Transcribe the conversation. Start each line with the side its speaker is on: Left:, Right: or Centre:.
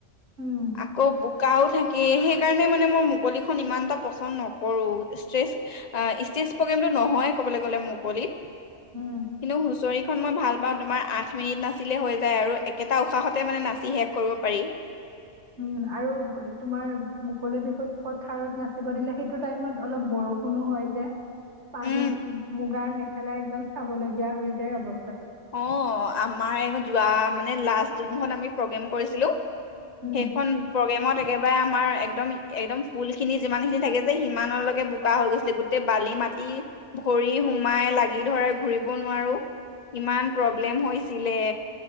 Right: উম
Left: আকৌ বোকা উ থাকে সে সেইকাৰণে মানে মই মুকলিখন ইমান এটা পচন্দ নকৰো ষ্টেজ ষ্টেজ প্ৰগ্ৰেমটো নহয় ক'বলৈ গ'লে মুকলিত।
Right: উম
Left: কিন্তু চয় খন মই ভাল পাওঁ তোমাৰ আঠ মিনিট নাচিলে হৈ যায় আৰু একেটা উশাহতে মানে নাচি শেষ কৰিব পাৰি।
Right: উম আৰু তোমাৰ মুকলি বিহুত পথাৰত নাচিব দিলে সেইটো টাইমত অলপ বৰষুণো হয় যে পানীত
Left: উম
Right: মুগাৰ মেখেলা একদম চাব লগগীয়া হৈ যায় অৱস্থা।
Left: অ আমাৰ এওঁ যোৱা মানে লাষ্ট জুনত আমি প্ৰগ্ৰেম কৰিছিলো।
Right: উম
Left: সেইখন প্ৰগ্ৰেমত একেবাৰে আমাৰ একদম একদম ফুল খিনি যিমান খিনি থাকে যে সিমানলৈকে বোকা হৈ গৈছিলে গোটেই বালি মাটি ভৰি সোমাই লাগি ধৰে ঘুৰিব নোৱাৰো ইমান প্ৰব্লেম হৈ চিলে।